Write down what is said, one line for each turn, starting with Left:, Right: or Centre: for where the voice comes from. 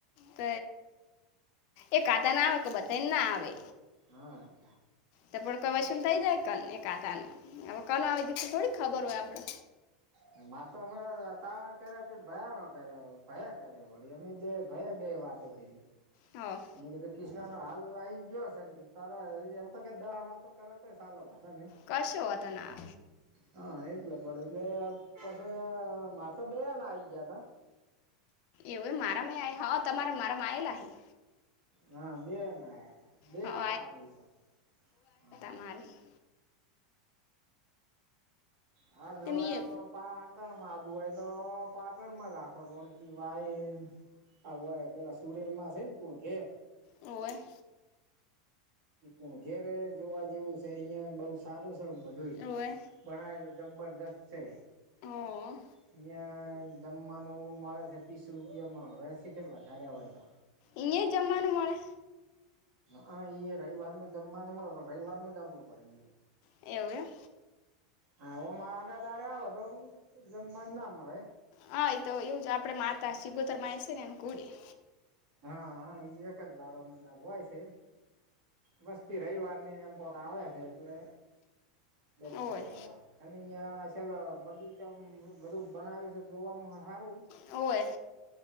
Left: ક એ કાટ ના આવે તો બતાયને ના આવે
Right: હા
Left: તો પણ કઈ શુંન થઈ જાય કન એકાતા ન હવે કન આવી દખ થોડીક ખબર હોય આપડે
Right: હ મારે તો અમે તારણ કર્યા છે ભયાનો કર્યો ભયા કર્યો વળી અ બે ભય બે વાત તો ફરી
Left: હા
Right: મે કીધું ક્રષ્નો હાલ લઈને જોયો હશે ને તારા એમ તો ક દહ વાતો કરો તોય સારો હતો ને
Left: કશે હોતાના
Right: હા એટલે પડે એટલે પાછ મારે તો બે આ ગયા, તા
Left: એવું મારામાં હા તમારા મારામાં આવેલાહી
Right: હા બે એ ના આવ છે. બેના
Left: હા
Right: તો હ
Left: મારી
Right: હ આ હવા,
Left: તે મી
Right: આમાં પાટણ માં આવુ હોય તો પાટણ માં રાખો કી વાયમ આ ઓય પેલા સુડેલ માં હશે ને કુણ ઘેર
Left: હોવે.
Right: ુણ ઘેરે જોવા જેવું છે અહિયાયા બઉ સારું છે બધું
Left: ઓવે
Right: બણાવેેલું જબરજસ્ત છે.
Left: હા.
Right: અહીંયા જમવાનું મળે છે ત્રીસ રૂપિયામાં હવે સી ખબર વધાર્યા હોય તો
Left: એ યા જ જમવાનું મળે.
Right: હા એ રવિવારનું જમવાનું મળે પણ રવિવારનું જબવું પડે એ
Left: એવું અમ.
Right: હા ઓમા આડા દાડે આવો તો જમવા ના મળે
Left: હા તો એવું જ આપડે માતા સિગોતર માં એ છે ને એ કુડી
Right: હા એ એક જ દાડો મન લાગહોય છે. વસ્તી રવિવારની જેમ કોક આવે છે એટલે દર્શન
Left: ઓય
Right: કરવા અને અહંયા શલ બગીચા બધું બણાવ્યું છે જોવાનું સારું
Left: હોવે